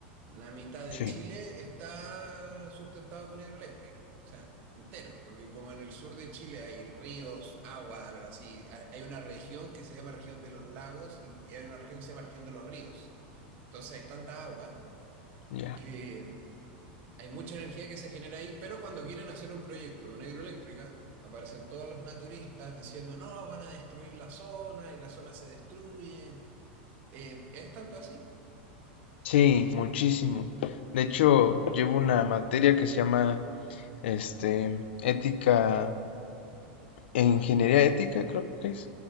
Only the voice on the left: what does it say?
Sí.
Ya.
Sí, muchísimo. De hecho, llevo una materia que se llama este, ética e ingeniería ética, creo que es,